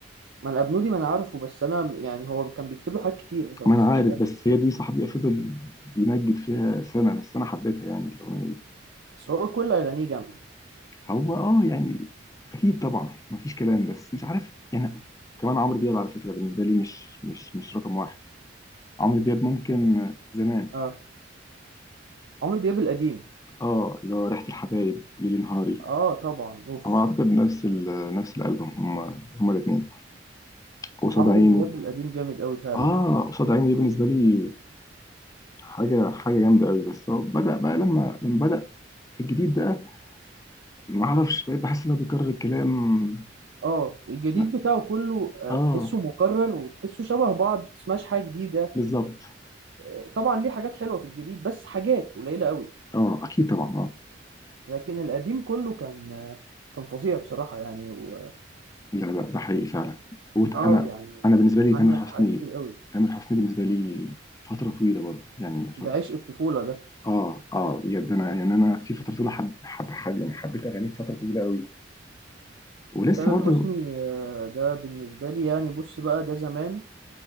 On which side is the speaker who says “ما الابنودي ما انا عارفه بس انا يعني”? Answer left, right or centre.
Right